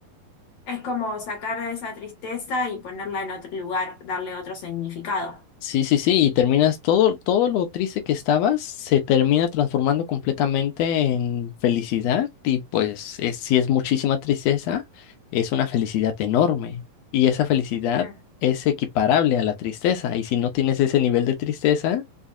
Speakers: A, on the left (about 55°); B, on the left (about 90°).
A: Es como sacar de esa tristeza y ponerla en otro lugar, darle otro significado.
B: Sí, sí, sí, y terminas todo, todo lo triste que estabas se termina transformando completamente en felicidad y pues es, si es muchísima tristeza, es una felicidad enorme y esa felicidad
A: Claro,
B: es equiparable a la tristeza y si no tienes ese nivel de tristeza,